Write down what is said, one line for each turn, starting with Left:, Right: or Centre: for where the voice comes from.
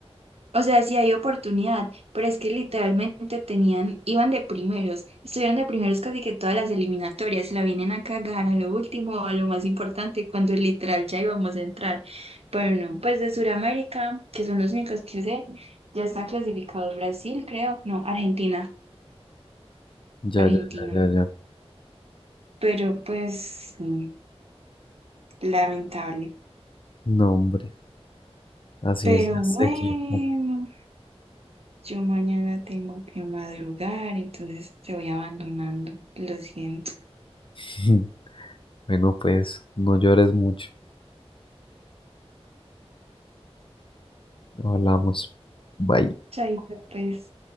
Right: O sea, sí hay oportunidad, pero es que literalmente tenían, iban de primeros, estuvieron de primeros casi que todas las eliminatorias, y la vienen a cagar a lo último, a lo más importante, cuando literal ya íbamos a entrar. Pero no, pues de Sudamérica, que son los únicos que sé, ya están clasificados Brasil, creo, no, Argentina,
Left: Ya,
Right: Argentina.
Left: ya, ya, ya, ya.
Right: Pero pues sí, lamentable.
Left: No, hombre, así
Right: Pero
Left: es
Right: bueno,
Left: este equipo.
Right: yo mañana tengo que madrugar, entonces te voy abandonando. Lo siento.
Left: <laughs> Bueno, pues, no llores mucho. Hablamos. Bye.
Right: Chaito, pues.